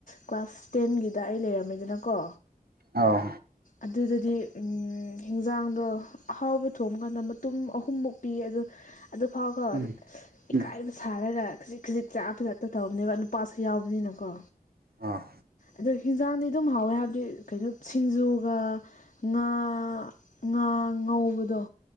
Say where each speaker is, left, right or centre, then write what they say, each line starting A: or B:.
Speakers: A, on the left; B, on the right.
A: ꯀ꯭ꯂꯥꯁ ꯇꯦꯟꯒꯤꯗ ꯑꯩ ꯂꯩꯔꯝꯃꯦꯗꯅꯀꯣ
B: ꯑꯥꯎ
A: ꯑꯗꯨꯗꯗꯤ ꯎꯝ ꯍꯤꯟꯖꯥꯡꯗꯣ ꯑꯍꯥꯎꯕ ꯊꯣꯡꯕ ꯀꯥꯟꯗ ꯃꯇꯨꯝ ꯑꯍꯨꯝꯃꯨꯛ ꯄꯤꯌꯦ ꯑꯗꯣ ꯑꯗꯨꯐꯥꯎ ꯀꯣ
B: ꯎꯝ ꯎꯝ
A: ꯏꯀꯥꯏꯕ ꯁꯥꯔꯒ ꯈꯖꯤꯛ ꯈꯖꯤꯛ ꯆꯥ ꯐꯖ ꯇꯧꯕꯅꯦꯕ ꯅꯨꯄꯥꯁꯨ ꯌꯥꯎꯕꯅꯤꯅꯀꯣ
B: ꯑꯥ
A: ꯑꯗꯣ ꯍꯤꯟꯖꯥꯡꯗꯤ ꯑꯗꯨꯝ ꯍꯥꯎꯋꯦ ꯍꯥꯏꯕꯗꯤ ꯀꯩꯅꯣ ꯁꯤꯡꯖꯨꯒ ꯉꯥ ꯉꯥ ꯉꯧꯕꯗꯣ